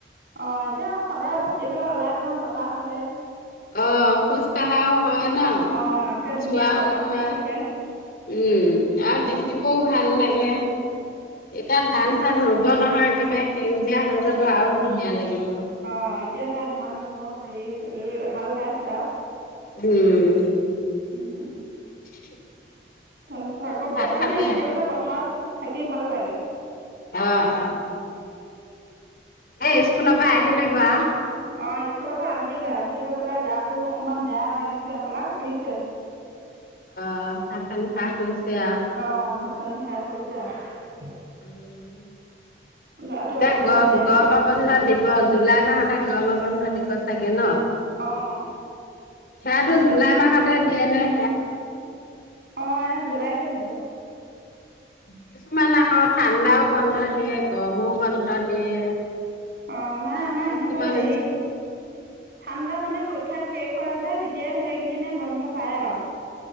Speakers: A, on the right (about 60°); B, on the left (about 55°).
A: অ এতিয়া সদায় ভাতি পেলাই ওলাই যাওঁ পথাৰ। ভালে
B: অ খোজ কঢ়াও হয় ন
A: অঁ একে ধুনীয়া
B: চোৱাও
A: বতাহ
B: হয়
A: মাৰি থাকে
B: উম আৰু দেখিব মোৰ ভাল লাগে। এটা ভাল চানো হব নহয় একেবাৰে সেউজীয়া হৈ যাব আৰু ধুনীয়া লাগিব।
A: অ এতিয়া সেয়া ধান ৰুব হেৰি হাল বাইছ আৰু
B: উম।
A: উম উ
B: <unintelligible>
A: তাৰ পিছত
B: কালি
A: আকৌ
B: ভাত
A: বতাহ
B: খালে?
A: মাৰি থাকে যে পথাৰত থাকি ভাল লাগে।
B: অ', এ স্কুলৰ পৰা আহিলে। বা
A: অ স্কুলৰ পৰা আহিলে আহিলে পেলাই গাটো অকনমান বেয়া লাগিছে সপলা শুইছে।
B: অ ভাত পানী খাই হৈছে আৰু।
A: অ ভাত পানী খাই হৈছে শতা
B: উম
A: গাটো
B: এনে
A: আজি অকণ
B: গ
A: বেয়া
B: গম বনা দিব জুলাই মাহতে গৰমৰ মানুহ দিব চাগে ন
A: আহ
B: সেয়াতো জুলাই মাহতে দিয়ে মানে
A: অ এ জুলাইতে দিব
B: কিছুমান আকৌ ঠাণ্ডাও বন্ধ দিয়ে গৰমও বন্ধ দিয়ে
A: অ নাই আমাৰ
B: কিছুমান
A: ইহঁতৰ হেৰি
B: স্কুল
A: ঠাণ্ডা মানে পৰীক্ষা শেষ হৈ যোয় তেতিয়া সেইকেইদনে বন্ধ পাই পাওঁ